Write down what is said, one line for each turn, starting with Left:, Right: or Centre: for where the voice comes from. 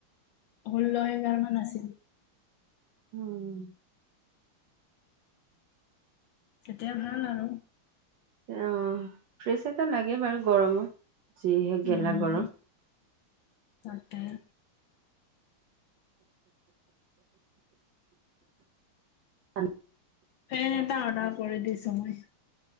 Left: ষোল্ল এগাৰ মান আছিল।
Right: উম।
Left: তেতিয়া ভাল আৰু।
Right: অ, ফ্ৰেছ এটা লাগে বাৰু গৰমত যিহে
Left: উম্,
Right: গেলা গৰম
Left: তাকেই।
Right: অ',
Left: ফেন এটা অৰ্ডাৰ কৰি দিছোঁ মই,